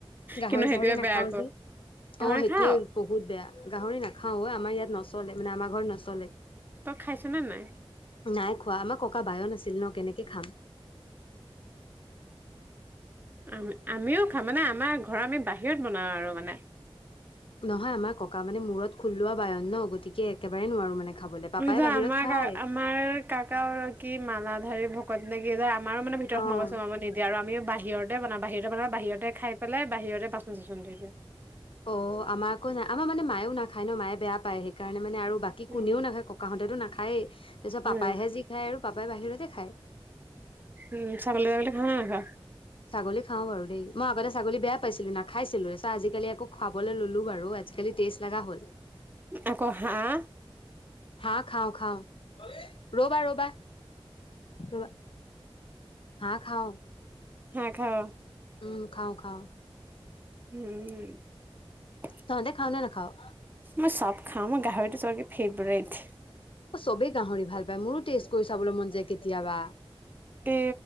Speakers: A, on the left (about 65°); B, on the right (about 20°).
A: গাহৰি-চাহৰি
B: কিন্তু সেইটোৱে
A: নাখাওঁ
B: বেয়া আকৌ।
A: যে। অ',
B: তই নাখাৱ?
A: সেইটোয়ে। বহুত বেয়া। গাহৰি নাখাওঁ অ' আমাৰ ইয়াত নচলে, মানে আমাৰ ঘৰত নচলে।
B: তই খাইছ নে নাই?
A: নাই খোৱা। আমাৰ ককা বায়ন আছিল ন, কেনেকে খাম?
B: আ-আমিও খাম, মানে আমাৰ ঘৰ আমি বাহিৰত বনাওঁ আৰু মানে।
A: নহয়, আমাৰ ককা মানে মূৰত খোললোৱা বায়ন ন, গতিকে একেবাৰে নোৱাৰো মানে খাবলৈ। পাপাই
B: যে
A: বাহিৰত
B: আমাৰ
A: খায়।
B: আমাৰ ককাগৰাকী মালাধাৰী ভকত নে কি কয়। আমাৰ মানে ভিতৰত
A: অ',
B: সোমাব-চোমাব নিদিয়ে। এতিয়া আৰু আমি বাহিৰতে বনাওঁ। বাহিৰতে খাই পেলাই বাহিৰতে বাচন-চাচন ধুই দিওঁ।
A: অ', আমাৰ আকৌ নাই, আমাৰ মানে মায়েও নাখায় ন, মায়ে বেয়া পায়। সেইকাৰণে মানে আৰু বাকী বাকী
B: উম,
A: কোনেও নাখায়। ককাহতেতো নাখায়েই, তাৰপিছত, পাপাইহে
B: উম।
A: যি খায় আৰু পাপাই বাহিৰতে খায়।
B: উম, ছাগলী-তাগলি খা নে নাখা?
A: ছাগলী খাওঁ বাৰু দেই। মই আগতে ছাগলী বেয়া পাইছিলোঁ, নাখাইছিলোয়েই চ, আজিকালি আকৌ খাবলৈ ললো বাৰু আজি কালি টেষ্ট লগা হ'ল।
B: আকৌ হাঁহ?
A: হাঁহ খাওঁ, খাওঁ। ৰ'বা ৰ'বা। ৰ'বা, হাঁহ খাওঁ।
B: হাঁহ খাৱ?
A: উম, খাওঁ, খাওঁ।
B: উম।
A: তহঁতে খাৱ নে নেখাৱ?
B: মই চব খাওঁ, মোৰ গাহৰিটো চবতকে ফেভৰেট।
A: অ', চবেই গাহৰি ভাল পায়। মোৰো টেষ্ট কৰি চাবলৈ মন যায় কেতিয়াবা।
B: এ,